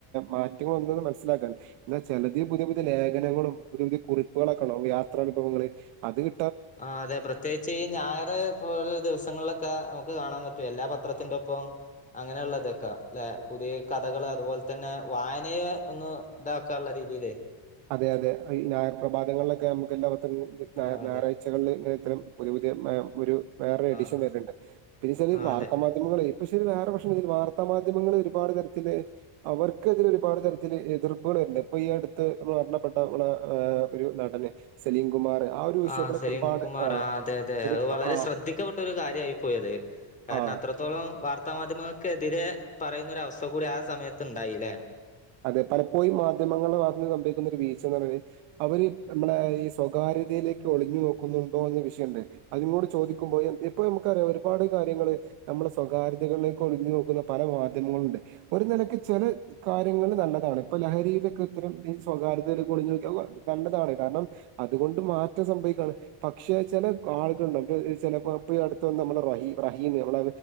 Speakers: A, on the right; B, on the left.
A: മാറ്റങ്ങൾവന്ന് മനസ്സി ലാക്കൻ എന്നാ ചെലതി പുതിയ പുതിയ ലേഖനങ്ങളും പുതിയ പുതിയ കുറിപ്പുകളൊക്കണ്ടാവും യാത്രാനുഭവങ്ങൾ. അത്ക്.
B: ആഹ് അതെ പ്രത്യേച്ച് ഈ ഞായർ. പ്പോ ചേലെ ദിവസങ്ങൾലൊക്ക മ്മക്ക് കാണാൻ പറ്റും എല്ലാ പത്രത്തിന്റെ പ്പം. അങ്ങനെയുള്ളതൊക്ക അല്ലെ പുതിയ കഥകൾ അതുപോലെ തന്നെ വായനയെ ഒന്ന്. താ ക്കാള്ളരീതിലെ.
A: അതെ അതെഈ ഞായർ പ്രഭാതങ്ങൾലൊക്കെ ഞമ്മക്ക് എല്ലാ പത്ര ഞായർ
B: ആ അതെ
A: ഞായർ. ച്ചകൾല് ഇങ്ങനെ ഇത്തരം പുതിയ പുതിയ നയം ഒരു വേറെ എഡിഷൻ
B: ആ
A: വര്ണ്ട് പിന്നെച്ചാല്
B: ആ
A: വാർത്ത
B: അതെ
A: മാ ധ്യമങ്ങള് പക്ഷേ വേറെ പ്രശ്നണ്ട് ഇതില് വാർത്താ മാധ്യമങ്ങള് ഒരുപാട് തരത്തില്. അവർക്കെതിരെ ഒരുപാട് തരത്തിൽ എതിർപ്പ്കള് വര്ണ്ട് ഇപ്പൊ ഈ അട്ത്ത്. അന്ന് മരണപ്പെട്ട നമ്മളെ ഏഹ് ഒരു നടന് സലിം കുമാർ ആ ഒരു വിഷയത്തിലൊക്കെ
B: ആ സലീം
A: ഒരുപാട്
B: കുമാർ ആ അതെ അതെ
A: ഒരു
B: അത് വളരെ
A: ആ
B: ശ്രദ്ധിക്കപ്പെട്ട ഒരു കാര്യയി പോയത്. കാരണം
A: ആ
B: അത്രത്തോളം വാർത്താ മാധ്യമങ്ങൾക്കെതിരെ പറയുന്നൊര് അവസ്ഥ കൂടി ആ സമയത്ത് ഇണ്ടായിലെ.
A: അതെ പലപ്പോയും മാധ്യമങ്ങളെ ഭാഗത്ത്ന്ന് സംഭവിക്കുന്ന രു വീച്ചർഞ്ഞാല് അവര് അമ്മള ഈ സ്വകാര്യതയിലേക്ക് ഒളിഞ്ഞു നോക്കുന്നുണ്ടോ എന്ന വിഷയണ്ടയിനി. അതിനോട് ചോയ്ക്കുമ്പോ എ ഇപ്പൊ ഞമ്മക്കറിയ ഒരുപാട് കാര്യങ്ങള് നമ്മുടെ സ്വകാര്യതകളിലേക്ക് ഒളിഞ്ഞു നോക്കുന്ന പല മാധ്യമങ്ങളുണ്ട് ഒരു നിലക്ക് ചില കാ ര്യങ്ങള് നല്ലതാണ് ഇപ്പൊ ലഹരിയിലൊക്കെ ഇത്തരം ഈ സ്വകാര്യതയിൽ ഒളിഞ്ഞോക്കുക നല്ലതാണ് കാരണം അതുകൊണ്ട് മാറ്റം സംഭവിക്കാണ്. പക്ഷെ ചില ആളുകളുണ്ട് ചിലപ്പോ ഇപ്പ അടുത്ത വന്ന് നമ്മുടെ റ റഹീം നമ്മള